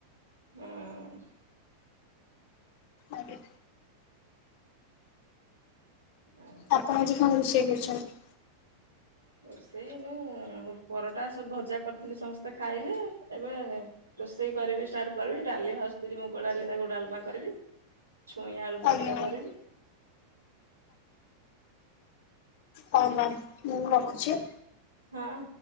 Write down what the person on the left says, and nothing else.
ଆଜ୍ଞା।
ଆପଣ ଆଜି କଣ ରୋଷେଇ କରିଛନ୍ତି?
ଆଜ୍ଞା ମ୍ୟାମ୍
ହଁ ମ୍ୟାାମ ମୁଁ ରଖୁଛି।